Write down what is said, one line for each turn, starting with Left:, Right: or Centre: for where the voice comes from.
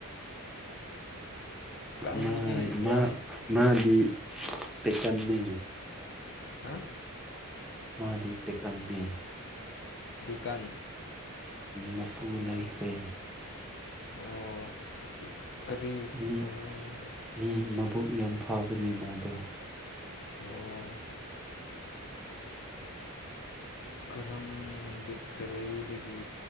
Left: ꯀꯪꯕꯗꯤ
Centre: ꯃꯥꯏ
Left: ꯌꯥꯝ
Centre: ꯃꯥ ꯃꯥꯗꯤ ꯇꯀꯟꯃꯦ
Left: ꯍꯥ
Centre: ꯃꯥꯔꯤ ꯇ ꯀꯅꯤ
Left: ꯀꯥꯟ
Centre: ꯃꯄꯨ ꯂꯩꯈ꯭ꯔꯦ
Left: ꯑꯣ ꯀꯔꯤ
Centre: ꯃꯤ
Left: ꯑꯣ
Centre: ꯃꯤ ꯃꯕꯨꯛ ꯌꯥꯝ ꯐꯥꯕꯅꯦ ꯃꯥꯗ
Left: ꯑꯣ ꯀꯔꯝ ꯀꯔꯗꯒꯤ